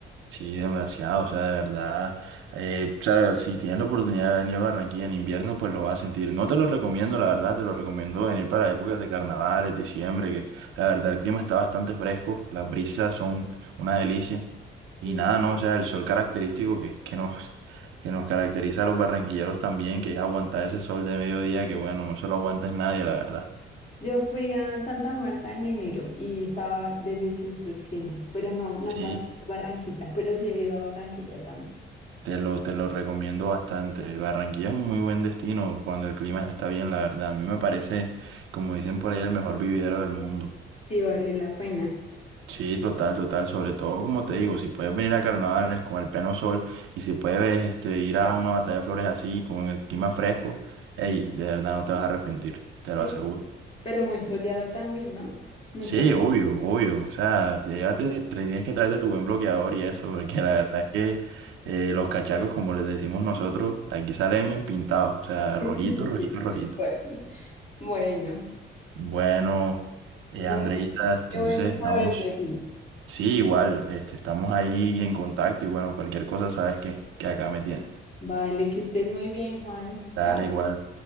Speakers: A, on the right; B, on the left.
A: Sí, demasiado, o sea, de verdad, eh, o sea, si tienes la oportunidad de venir a Barranquilla en invierno, pues lo vas a sentir. No te lo recomiendo, la verdad, te lo recomiendo venir para épocas de carnavales, diciembre, que la verdad el clima está bastante fresco, las brisas son una delicia y
B: Sí.
A: nada, no, o sea, el sol característico que, que nos, que nos caracteriza a los barranquilleros también, que es aguantar ese sol de mediodía, que bueno, no se lo aguantas nadie, la verdad.
B: Yo fui a Santa Marta en enero y estaba delicioso el clima, pero no, no
A: Sí,
B: pasé por Barranquilla, pero sí he ido a Barranquilla también.
A: Te lo, te lo recomiendo bastante. Barranquilla es un muy buen destino cuando el clima está bien, la verdad. A mí me parece, como dicen por ahí, el mejor vividero del mundo.
B: Sí vale la pena.
A: Sí, total, total. Sobre todo, como te digo, si puedes venir a carnavales con el pleno sol y si puedes este, ir a una batalla de flores así, con el clima fresco, hey, de verdad no te vas a arrepentir, te
B: Sí,
A: lo aseguro.
B: pero muy soleado también, ¿no? Mucho.
A: Sí,
B: calor.
A: obvio, obvio. O sea, llévate, te- tienes que traerte tu buen bloqueador y eso, porque la verdad es que eh, los cachacos, como les decimos nosotros, aquí salen pintados, o sea, rojito,
B: <laughs>
A: rojito,
B: Sí,
A: rojito.
B: tal cual. Bueno,
A: Bueno, eh,
B: bueno,
A: Andreita, este,
B: qué
A: entonces
B: bueno saber
A: estamos,
B: de ti.
A: sí, igual, este, estamos ahí en contacto y bueno, cualquier cosa sabes que, que acá me tienes.
B: Vale, que estés muy bien, Juan. Chao.
A: Dale, igual.